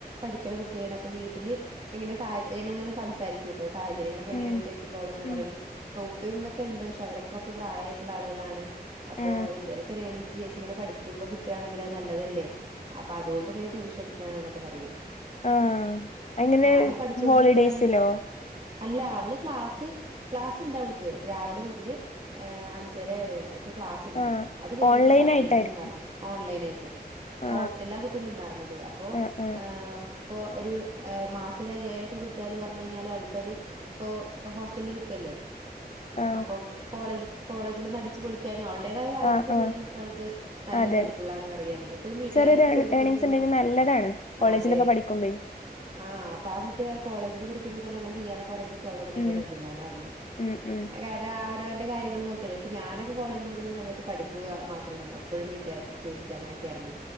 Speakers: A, on the right; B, on the left.
A: ക്ക്ണ കുട്ട്യേണ് അപ്പ വീട്ടില് എങ്ങനെ സഹചര്യങ്ങള് ഇങ്ങനെ സംസാരിക്ക്യൂട്ടോ സാഹചര്യങ്ങളൊക്കെ എങ്ങനെയാ
B: ഉം
A: ചോയിക്കുമ്പം അവള് ഇങ്ങനെ
B: ഉം
A: പറയും ഔ ഇപ്പേം മ്മേം ക്കെണ്ട് പഷേ അവരൊക്കെ കൊറ്ച്ച് പ്രായ ആയിട്ട്ള്ള ആളുകളാണ് അപ്പോ
B: ആ
A: എന്തേലൊക്കെ ഒര് ഏണിങ്സ് ചേച്ചി ഇങ്ങനെ പഠി വക്കുമ്പോ കിട്ടുകയാണെങ്കിൽ അത് നല്ലതല്ലേ അപ്പൊ അതുകൊണ്ട് ഇങ്ങനെ ട്യൂഷൻ എടുക്കുകയ എന്നൊക്കെ പറയും
B: ആഹ അങ്ങനെ
A: ആ അവള് പഠിച്ചോണ്ടിരിക്കയാണ്
B: ഹോളിഡേസിലോ
A: അല്ല അവള് ക്ലാസ് ക്ലാസ്സ് ഉണ്ട് അവള്ക്ക് രാവിലെ മുതല് ഹ അഞ്ചര വരെ ക്ലസ് ഉണ്ട്
B: ആ
A: അത് കിഞ്ഞട്ട്
B: ഓൺലൈൻ
A: ഹോസ്റ്റലിൽ
B: ആയിട്ടായിരിക്കും
A: നിന്നിു ഓൺലൈന ആയിട്ട്
B: ആ
A: ഹോസ്റ്റല ആ കുട്ടി നിന്നറന്നത് അപ്പോൊ
B: ആ ആ
A: ഹ ഇപ്പോൊ ഒരു മാസം ഒരു അയ്യായിരംൊക്കെ കിട്ടുകന്ന് പറഞ്ഞ കഴിഞ്ഞാൽ അവൾക്കത് ഇപ്പോൾ ഹോസ്റ്റലിൽ നിൽക്കല്ലേ ലെ
B: ആ
A: അപ്പൊ കോളേജ് കോളേജിൽ ഒന്ന് അടിിച്ചച്ച് പൊളിക്കാനും അവളടേതായ കാര്യങ്ങളൊക്കെ
B: ആ ആ
A: ചെയ്യാൻ വേണ്ടിട്ട് അവൾക്ക് നല്ല
B: അതെ അതെ
A: ഹെൽപഫുുള്ള ആാണ് പറയയാണെ എപ്പോഴും വീട്ടുകാടെ
B: ചെറിയൊരു
A: അടുത്ത് ചോദിക്കുമ്പോ
B: ഏണിങ്സ്
A: ഒരു
B: ഉണ്ടെങ്കിൽ നല്ലതാണ് കോളേജിലൊക്കെ
A: അതെ
B: പഠിക്കുമ്പേ
A: ആഹ് അപ്പൊ ആ കുട്ടിയ കോളേജില് ിക്കെ അന ചെയാക്കെ പറയ്പോ അവളോട് നല്ലൊരു
B: ഉം
A: അഭിമാനയി
B: ഉം ഉം
A: കാരണം അവ കാര്യൾ നോക്കല്ലേ ഇപ്പ ഞാനൊക്കെ കോളേജിൽ പഠിക്കുന്ന സമയത്ത് പഠപ്പുക മാത്രമാണ്ണ എപ്പോഴും വീട്ടുകാടുത്ത് ചോദിക്കുക അങ്ങനൊക്കെ ഇറങ്ങി